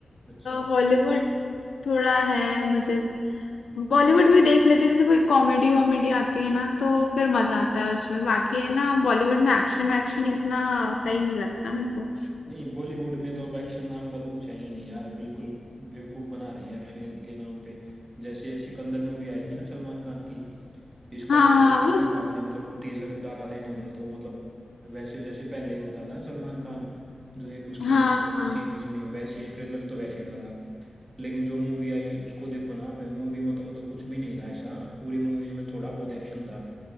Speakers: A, on the right; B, on the left.
A: अच्छा
B: हॉलीवुड थोड़ा है मुझे बॉलीवुड भी देख लेती हूँ जैसे कोई कॉमेडी वॉमेडी आती है ना तो फिर मजा आता है उसमें बाकी है ना बॉलीवुड में एक्शन एक्शन इतना सही नहीं लगता मेरे को
A: नहीं बॉलीवुड में तो अब एक्शन नाम का तो कुछ है ही नहीं यार बिल्कुल बेवकूफ बना रहे हैं एक्शन के नाम पे जैसे सिकंदर मूवी आई थी ना सलमान खान की इसका
B: हाँ
A: ट्रेलर
B: हाँ
A: देखा
B: वो
A: होगा आपने मतलब वो टीजर डाला था इन्होंने तो मतलब वैसे जैसे पहले होता था ना सलमान खान जो एक उसकी
B: हाँ
A: मतलब अलग
B: हाँ
A: सेम इमेज बनी हो वैसे ट्रेलर तो वैसे डाला लेकिन जो मूवी आई उसको देखो ना आप मूवी में तो मतलब कुछ भी नहीं था ऐसा पूरी मूवीज में थोड़ा बहुत एक्शन था